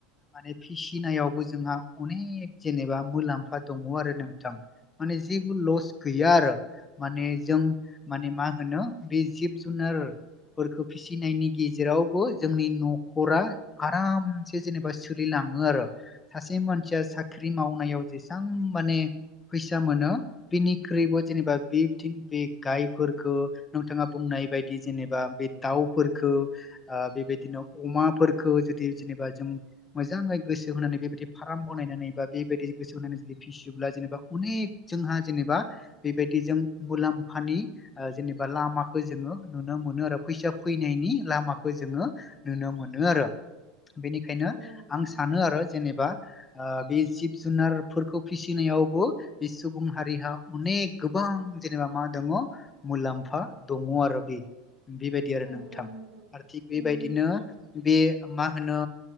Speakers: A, on the left; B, on the right.
A: माने फिसि फिनायावबो जोंहा अनेक जेनेबा मुलाम्फा दङो आरो नोंथां माने जेबो लस गैया आरो माने जों माने मा होनो बे जिब जुनारफोरखौ फिसिनायनि गे जेरावबो जोंनि न'खरा आरामसे जेनेबा सोलिलाङो आरो सासे मान सिया साख्रि मावनायाव जेसां माने फैसा मोनो बिनिख्रुइबो जेनेबा बे थिन बे गायफोरखौ नोंथाङा बुंनाय बायदि जेनेबा बे दाउफोरखौ ओ बेबायदिनो अमाफोरखौ जुदि जेनेबा जों मोजाङै गोसो होनानै बेबायदि फाराग फाम बनायनै बा बेबायदि गोसो होनानै जुदि फिसियोब्ला जेनेबा अनेक जोंहा जेनेबा बेबायदि जा जों मुलामफानि ओ जेनेबा लामाखौ जोङो नुनो मोनो आरो फैसा फैनायनि लामाखौ जोङो नुनो मोनो आरो बेनिखायनो
B: औ औ नोंथां
A: आं सानो आरो जेनेबा ओ बे जिब जुनारफोरखौ फिसिनायावबो बे सुबुं हारिहा अनेक गोबां बां जेनेबा मा दङो मुलाम्फा दङो आरो बे बेबायदि आरो
B: औ
A: नोंथां
B: औ नंगौ
A: आरो थिग
B: नंगौ
A: बेबायदिनो
B: नोंथां औ
A: बे मा होनो